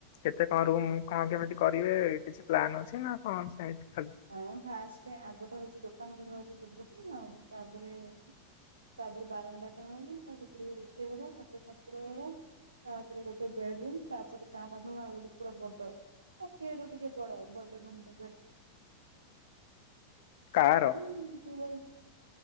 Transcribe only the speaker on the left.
କେତେ କଣ ରୁମ୍ କଣ କେମିତି କରିବେ କିଛି ପ୍ଲାନ ଅଛି ନା କଣ ସେମିତି ଖାଲି
କାର